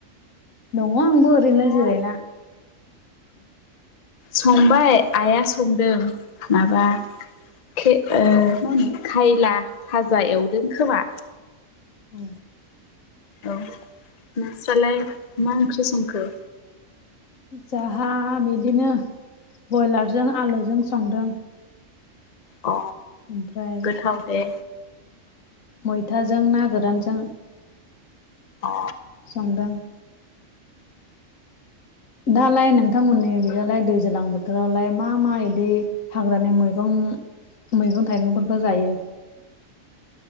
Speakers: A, on the left (about 80°); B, on the left (about 40°).
A: दङ आंबो
B: ओंख्रिया
A: ओरैनो जिरायना।
B: संबाय आइआ संदों माबा ओ खायला भाजा एवदों खोमा।
A: औ
B: औ नोंस्रालाय मा ओंख्रि संखो?
A: जाहा बिदिनो बयलारजों आलुजों संदों।
B: अ
A: ओमफ्राय
B: गोथाव दे
A: मैथाजों ना गोरानजों
B: अ
A: संदों दालाय नोंथांमोननि बिजालाय दैज्लां बोथोरावलाय मा मा इदि हाग्रानि मैगं मैगं थाइगंफोरखौ जायो।